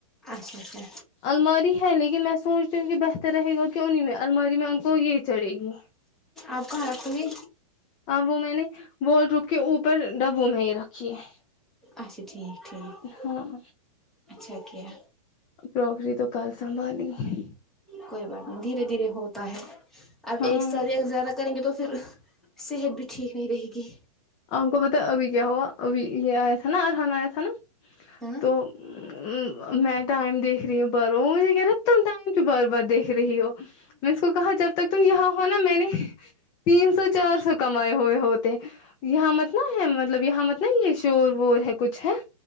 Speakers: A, in the centre; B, on the left.
A: اچھا اچھا
B: الماری ہے لیکن میں سوچتی ہوں کہ بہتر رہے گا کیوں نہیں میں الماری میں ان کو یہ چڑھے گی
A: آپ کہاں رکھو گی
B: ہاں وہ میں نے وارڈ روب کے اوپر ڈبوں میں ہی رکھی ہے
A: اچھا ٹھیک ٹھیک
B: ہاں
A: اچھا کیا
B: کروکری تو کل سنبھالئینگے
A: کوئی بات نہیں دھیرے دھیرے ہوتا ہے اب
B: ہاں
A: ایک ساتھ ہی اگر زیادہ کریں گے تو پھر صحت بھی ٹھیک نہیں رہے گی
B: آپ کو پتا ابھی کیا ہوا ابھی یہ آیا تھا نا ارہاں آیا تھا نا
A: ہاں
B: تو ا وں میں ٹائم دیکھ رہی ہوں بار بار وہ مجھے کہہ رہا تم ٹائم کیوں بار بار دیکھ رہی ہو میں نہ اسکو کو کہا جب تک تم یہاں ہو نا میں نے تین سو چار سو کمائے ہوئے ہو تے یہاں مت نہ ہے مطلب یہاں مت نا یہ شور وور ہے کچھ ہے